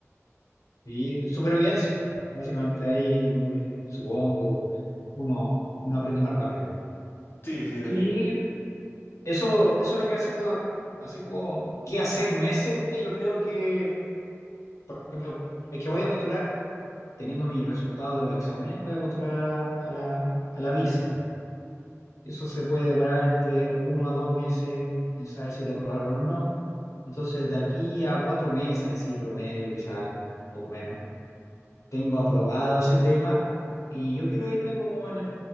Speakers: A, on the left; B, on the left.
A: Y supervivencia, básicamente ahí como que supongo uno, uno aprende más rápido.
B: Sí, sí, definitivamente.
A: Y eso, eso venía siendo así como que a seis meses, yo creo que por ejemplo, es que voy a postular teniendo mis resultados de los exámenes, voy a postular a la, a la, a la visa. Eso se puede demorar entre uno a dos meses en saber si te aprobaron o no. Entonces, de aquí a cuatro meses, así promedio, quizás poco menos, tengo aprobado ese tema y yo quiero irme como en el